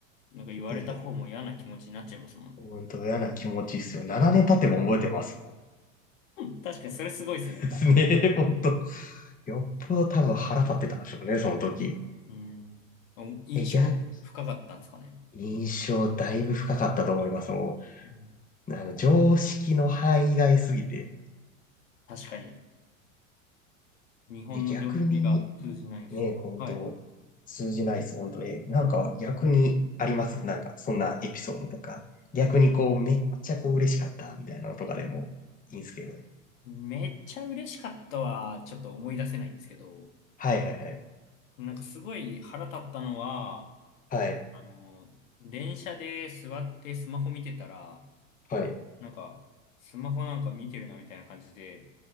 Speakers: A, on the left (about 75°); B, on the left (about 20°).
A: なんか言われた方も嫌な気持ちになっちゃいますもんね。
B: ええ、ほんと嫌な気持ちっすよ。7年経っても覚えてますもん。
A: うん確かにそれすごいですね。
B: <laughs> ですね、ほんと。よっぽど多分腹立ってたんでしょうね、その時。
A: うん。お印象深かったんですかね。
B: え、いや、印象だいぶ深かったと思います。も
A: うん。
B: う、あの、常識の範囲外すぎて。
A: 確かに。日本の常識が通じないです。
B: え、逆に、ね、本当通じないです、
A: はい。
B: 本当え、なんか逆にありますなんか、そんなエピソードとか。逆にこう、めっちゃこう嬉しかった、みたいなのとかでもいいんですけどね。
A: めっちゃ嬉しかったは、ちょっと思い出せないんですけど、
B: はいはいはい。
A: なんかすごい腹立ったのは、
B: はい、
A: あの、電車で座ってスマホ見てたら、
B: はい。
A: なんか、スマホなんか見てるなみたいな感じで